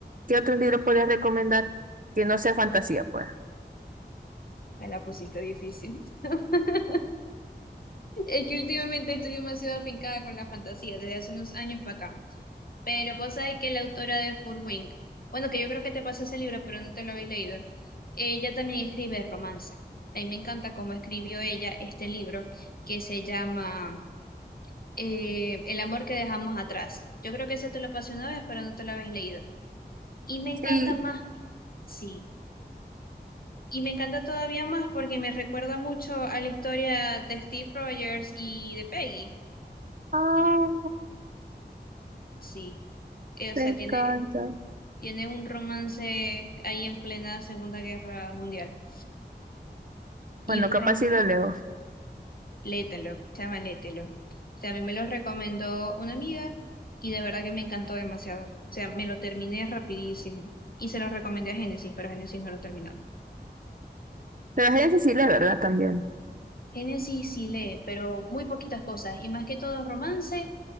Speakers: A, on the right; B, on the left.
A: ¿qué otros libros podrías recomendar que no sea fantasía, pues?
B: Me la pusiste difícil. <laughs> Es que últimamente estoy demasiado afincada con la fantasía, desde hace unos años para acá. Pero vos sabés que la autora de Furwink, bueno, que yo creo que te pasé ese libro, pero no te lo habéis leído, ella también escribe romance. A mí me encanta cómo escribió ella este libro que se llama eh, El amor que dejamos atrás. Yo creo que ese te lo pasé una vez, pero no te lo habéis leído. Y me encanta
A: Sí.
B: más, sí. Y me encanta todavía más porque me recuerda mucho a la historia de Steve Rogers y de Peggy.
A: Ah,
B: Sí. Eh, o
A: me
B: sea,
A: encanta.
B: tiene, tiene un romance ahí en plena Segunda Guerra Mundial. Y
A: Bueno,
B: un
A: capaz
B: rom,
A: sí lo leo.
B: lételo, chama, lételo. O sea, a mí me lo recomendó una amiga y de verdad que me encantó demasiado. O sea, me lo terminé rapidísimo. Y se lo recomendé a Génesis, pero Génesis no lo terminó.
A: Pero es Cecilia, ¿verdad? También.
B: Génesis sí sí lee, pero muy poquitas cosas, y más que todo romance